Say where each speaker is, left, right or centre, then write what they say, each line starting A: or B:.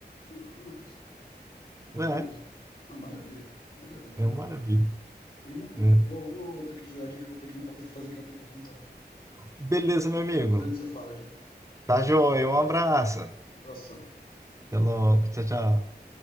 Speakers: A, on the left; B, on the right.
A: sim, exatamente. é, exatamente.
B: Né?
A: Não, maravilha, maravilha.
B: É É uma maravilha,
A: Irmão,
B: né?
A: eu vou ter que jogar aqui, que eu vou ter que apre- fazer aquela apresentação do trabalho.
B: Beleza, meu amigo.
A: Depois a gente se fala aqui.
B: Tá joia. Um abraço.
A: Abração.
B: Até logo. Tchau, tchau.